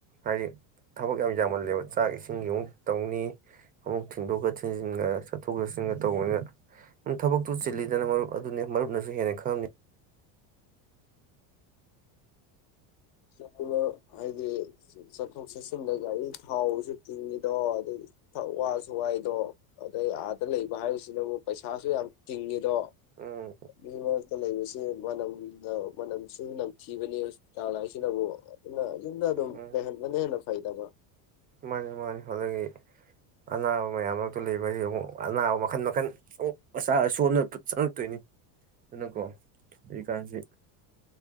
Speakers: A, on the right; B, on the left.
A: ꯍꯥꯏꯗꯤ ꯊꯕꯛ ꯌꯥꯝ ꯌꯥꯝꯃꯜꯂꯦꯕ ꯆꯥꯛ ꯏꯁꯤꯡꯒꯤ ꯑꯃꯨꯛ ꯇꯧꯅꯤ ꯑꯃꯨꯛ ꯊꯤꯟꯗꯣꯛꯀ ꯊꯤꯟꯖꯤꯟꯒ ꯆꯠꯊꯣꯛ ꯆꯠꯁꯤꯟꯒ ꯇꯧꯕꯅꯤꯅ ꯊꯕꯛꯇꯨ ꯆꯤꯜꯂꯤꯗꯅ ꯃꯔꯨꯞ ꯑꯗꯨꯅꯤ ꯃꯔꯨꯞꯅꯁꯨ ꯍꯦꯟꯅ ꯈꯪꯉꯝꯅꯤ
B: ꯆ ꯍꯥꯏꯗꯤ ꯆꯠꯊꯣꯛ ꯆꯠꯁꯤꯟꯗ ꯒꯥꯔꯤ ꯊꯥꯎꯁꯨ ꯇꯤꯡꯉꯤꯗꯣ ꯑꯗꯨꯗꯤ ꯊꯛ ꯋꯥꯁꯨ ꯋꯥꯏꯗꯣ ꯑꯗꯩ ꯑꯥꯗ ꯂꯩꯕ ꯍꯥꯏꯔꯤꯁꯤꯅꯕꯨ ꯄꯩꯁꯥꯁꯨ ꯌꯥꯝ ꯇꯤꯡꯉꯤꯗꯣ
A: ꯎꯝ
B: ꯑꯗꯨꯅ ꯂꯩꯕꯁꯦ ꯃꯅꯝꯅ ꯃꯅꯝꯁꯨ ꯅꯝꯊꯤꯕꯅꯤ ꯍꯣꯁꯄꯤꯇꯥꯜ ꯍꯥꯢꯁꯤꯅꯕꯨ ꯑꯗꯨ ꯌꯨꯝꯗ ꯑꯗꯨꯝ
A: ꯎꯝ
B: ꯂꯩꯍꯟꯕꯅ ꯍꯦꯟꯅ ꯐꯩꯗ
A: ꯃꯥꯅꯤ ꯃꯥꯅꯤ ꯑꯗꯨꯗꯒꯤ ꯑꯅꯥꯕ ꯃꯌꯥꯝ ꯃꯔꯛꯇ ꯂꯩꯕ ꯍꯥꯢꯁꯤ ꯑꯅꯥꯕ ꯃꯈꯟ ꯃꯈꯟ ꯑꯣ ꯃꯆꯥ ꯁꯣꯟꯕꯅ ꯆꯪꯉꯛꯇꯣꯏꯅꯤ ꯑꯗꯨꯅꯀꯣ ꯍꯧꯖꯤꯀꯥꯟꯁꯤ